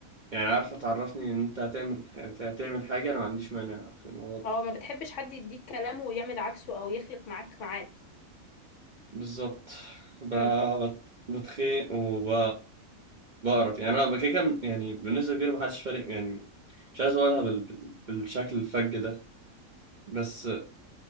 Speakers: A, on the right; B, on the left.
A: يعني عارفة تعرفني ان انت هتعمل هتعمل حاجة انا ما عنديش مانع في الموضوع ده
B: اه ما بتحبش حد يديك كلام ويعمل عكسه او يخلف معاك ميعاد
A: بالظبط ب...
B: امم
A: بت... بتخيق وب بقرف يعني انا كده كده يعني بالنسبة كبيرة ما حدش فارق يعني مش عايز اقولها بال... بال... بالشكل الفج ده بس